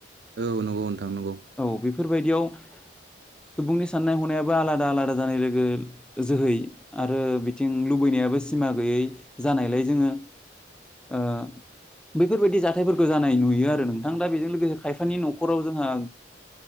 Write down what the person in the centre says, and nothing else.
औ बेफोरबायदियाव सुबुंनि साननाय हनायाबो आलादा-आलादा जानाय लोगो जोहै आरो बिथिं लुबैनायाबो सिमा गैयै जानायलाय जोंङो ओ बेैफोरबायदि जाथायफोरखौ जानाय नुयो आरो नोंथां दा बेजों लोगोसे खायफानि न'खराव जोंहा